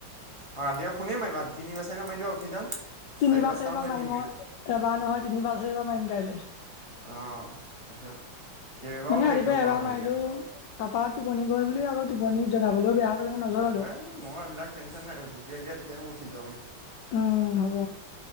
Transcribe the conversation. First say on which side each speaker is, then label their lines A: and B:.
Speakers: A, on the right; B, on the left.
A: অ ৰাতিপুৱা ফোনেই মাৰিবা তিনি বাৰ চাৰিবাৰ মাৰিবা উঠি যাম।
B: তিনিবাৰ-চাৰিবাৰ
A: চাৰি পাঁচটামান বান্ধি
B: মাৰিম
A: দিমেই
B: অ এবাৰ নহয় তিনিবাৰ- চাৰিবাৰ মাৰিম কাইলে।
A: অঁ তাৰপিছত কেইবাবাৰো
B: মানে
A: হেৰি
B: ৰাতিপুৱা
A: কৰিব পৰা
B: এবাৰ
A: হ'ব
B: মাৰিলো
A: তেতিয়া
B: তাৰপা। টোপনি গল বুলি ভাবিলো টোপনিত জগাবলৈও বেয়া কাৰণে নজগালো
A: এই মই এইবিলাক টেনশ্যন নাই যেতিয়াই দিয়া তেতিয়াই মই উঠি যাব পাৰিম।
B: উম হ'ব